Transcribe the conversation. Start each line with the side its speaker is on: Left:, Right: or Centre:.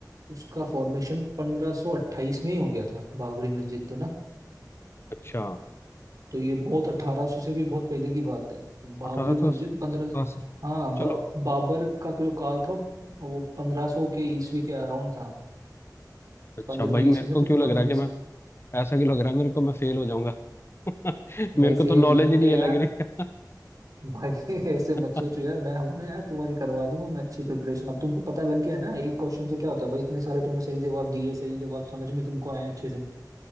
Right: उसका फॉर्मेशन 1528 में ही हो गया था बाबरी मस्जिद तो ना
Left: अच्छा
Right: तो ये बहुत 1800 से भी बहुत पहले की बात है बाबरी
Left: अठारह
Right: मस्जिद
Left: सौ सतासी
Right: 15 हाँ
Left: चलो
Right: बा, बाबर का जो काल था वो 1500 के ईस्वी के अराउंड था
Left: अच्छा
Right: पंद्रहवीं
Left: भाई मेरे
Right: ईस्वी
Left: को
Right: में तो
Left: क्यों लग
Right: पंद्रह
Left: रहा है कि मैं ऐसा क्यों लग रहा है मेरे को मैं फेल हो जाऊंगा <laughs> मेरे
Right: भाई
Left: को
Right: फेल
Left: तो नॉलेज
Right: नहीं होगे
Left: ही नहीं है
Right: यार
Left: लग रही है
Right: भाई <laughs> ऐसे मत
Left: <laughs>
Right: सोचो यार मैं हूं ना यार तुम्हारी करवा दूंगा मैं अच्छी प्रिपरेशन अब तुमको पता लग गया ना एक क्वेश्चन से क्या होता है भाई इतने सारे तुमने सही जवाब दिए सही जवाब समझ में तुमको आए अच्छे से